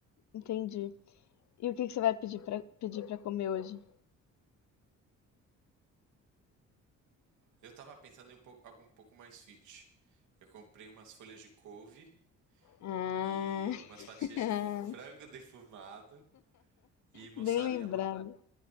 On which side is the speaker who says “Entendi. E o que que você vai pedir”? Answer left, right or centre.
Left